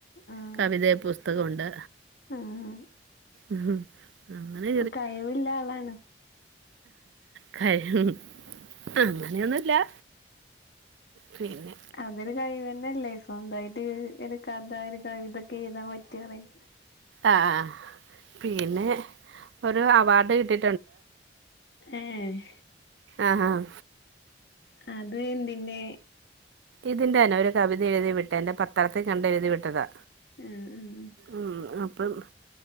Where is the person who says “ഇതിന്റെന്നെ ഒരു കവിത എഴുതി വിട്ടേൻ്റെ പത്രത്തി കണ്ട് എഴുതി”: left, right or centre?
Right